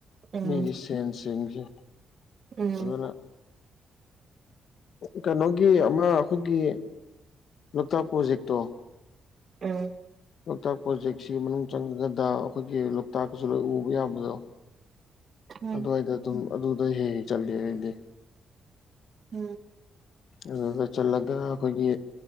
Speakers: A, on the right; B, on the left.
A: ꯎꯝ
B: ꯃꯤꯒꯤ ꯁꯦꯟꯁꯤꯡꯁꯦ
A: ꯎꯝ
B: ꯑꯗꯨꯅ ꯀꯩꯅꯣꯒꯤ ꯑꯃ ꯑꯩꯈꯣꯏꯒꯤ ꯂꫭꯛꯇꯥꯛ ꯄ꯭ꯔꫭꯖ‌ꯦꯛꯇꫭ
A: ꯎꯝ
B: ꯂꯣꯛꯇꯥꯛ ꯄ꯭ꯔꯣꯖꯦꯛꯁꯤ ꯃꯅꯨꯡ ꯆꯪꯉꯒꯗ ꯑꯩꯈꯣꯏꯒꯤ ꯂꯣꯛꯇꯥꯛꯀꯁꯨ ꯂꯣꯏ ꯎꯕ ꯌꯥꯕꯗꯣ
A: ꯎꯝ
B: ꯑꯗꯨꯋꯥꯏꯗ ꯑꯗꯨꯝ ꯑꯗꯨꯗ ꯍꯦꯛ ꯍ‌ꯦꯛ ꯆꯠꯂꯤ ꯑꯩꯗꯤ
A: ꯎꯝ
B: ꯑꯗꯨꯗ ꯆꯠꯂꯒ ꯑꯩꯈꯣꯏꯒꯤ